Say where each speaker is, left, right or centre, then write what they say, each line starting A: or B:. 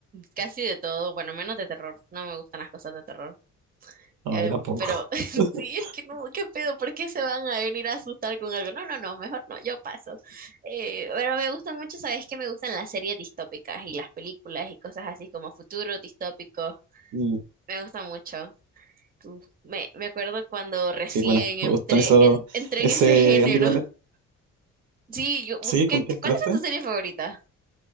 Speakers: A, on the right (about 30°); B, on the right (about 80°).
A: casi de todo, bueno, menos de terror. No me gustan las cosas de terror.
B: No,
A: Eh,
B: a mí tampoco.
A: pero <laughs>
B: <laughs>
A: sí, es que no, qué pedo, ¿por qué se van a venir a asustar con algo? No, no, no, mejor no, yo paso. Eh, pero me gustan mucho, sabes que me gustan las series distópicas y las películas y cosas así como futuro distópico.
B: Mm,
A: Me gusta mucho. Uf, Me, me acuerdo cuando recién
B: Sí, bueno,
A: entré
B: me gustan eso,
A: en, entré
B: ese
A: en ese género.
B: ámbito también.
A: <laughs> Sí, yo,
B: Sí,
A: ¿qué,
B: ¿con qué entraste?
A: cuáles son tus series favoritas?